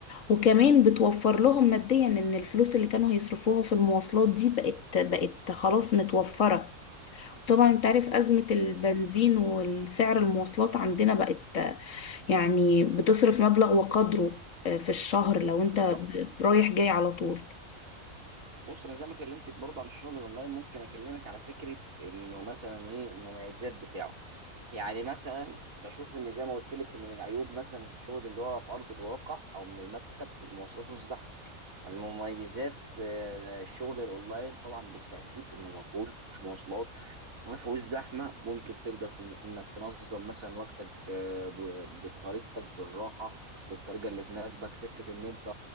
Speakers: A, on the left; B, on the right.
A: وكمان بتوفر لهم ماديا ان الفلوس اللي كانوا هيصرفوها في المواصلات دي بقت بقت خلاص متوفرة طبعا انت عارف أزمة البنزين والسعر المواصلات عندنا بقت آه، يعني بتصرف مبلغ وقدره آه، في الشهر لو انت
B: بالظبط
A: ب- رايح جاي على طول
B: بص انا زي ما كلمتك برضه عن الشغل الاونلاين ممكن اكلمك على فكره انه مثلا ايه المميزات بتاعه يعني مثلا بشوف ان زي ما قلت لك ان من عيوب مثلا الشغل اللي هو في ارض الواقع او من المكتب المواصلات والزحمه يعني من مميزات آه، الشغل الاونلاين طبعا بالتاكيد انه ما فيهوش مواصلات ما فيهوش زحمه ممكن تقدر تن- انك تنظم مثلا وقتك آه، ب- بطريقتك بالراحه بالطريقه اللي تناسبك فكره ان انت